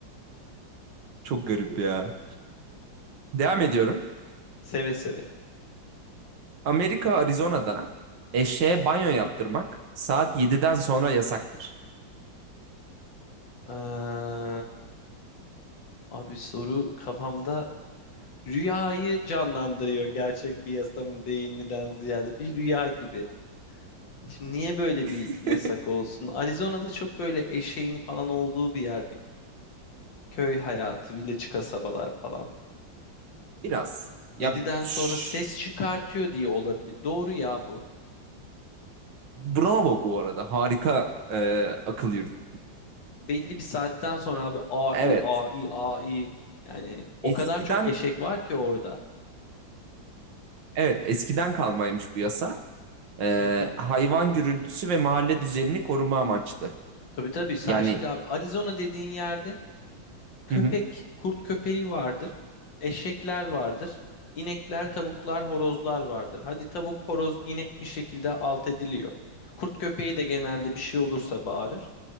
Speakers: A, on the right; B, on the left.
A: Çok garip ya. Devam ediyorum.
B: Seve seve.
A: Amerika Arizona'da eşeğe banyo yaptırmak saat yedi'den sonra yasaktır.
B: Ee, abi soru kafamda rüyayı canlandırıyor gerçek bir yasamın değil miden ziyade. Bir rüya gibi. Şimdi niye böyle
A: <laughs>
B: bir yasak olsun? Arizona'da çok böyle eşeğin falan olduğu bir yer Köy hayatı, village kasabalar falan.
A: Biraz. Ya
B: Yediden
A: şş,
B: sonra ses çıkartıyor diye olabilir. Doğru ya bu.
A: bravo bu arada. Harika e, akıl yürüdü.
B: Belli bir saatten sonra abi AI,
A: Evet.
B: AI, AI. Yani
A: Eskiden
B: o kadar çok eşek var ki orada.
A: evet eskiden kalmaymış bu yasa. Ee,
B: Hı hı.
A: hayvan gürültüsü ve mahalle düzenini koruma amaçlı.
B: Tabii tabii sen
A: Yani
B: şimdi abi Arizona dediğin yerde köpek,
A: hı hı,
B: kurt köpeği vardır. Eşekler vardır. İnekler, tavuklar, horozlar vardır. Hadi tavuk, horoz, inek bir şekilde alt ediliyor. Kurt köpeği de genelde bir şey olursa bağırır.